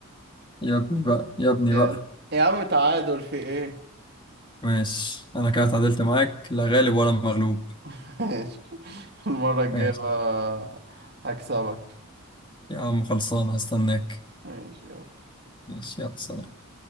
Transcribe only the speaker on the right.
جامد
يا عم تعادل في ايه
<laughs> ماشي المرة الجاية
بقى هكسبك
ماشي يلا.